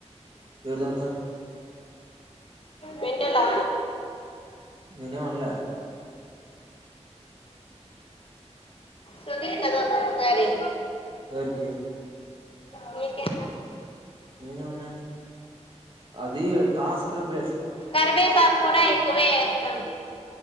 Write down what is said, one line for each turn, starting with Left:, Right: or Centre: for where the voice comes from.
Right: ఎవరిదాంతా.
Left: వింటలా
Right: నినేే మనలే
Left: సగిల్ కద కొసారి
Right: సరికి
Left: మీకే
Right: నేన ఉన్నా అది టాస్ కూడా బ
Left: కరివేపాకు కూడా ఎక్కువే వేస్తాం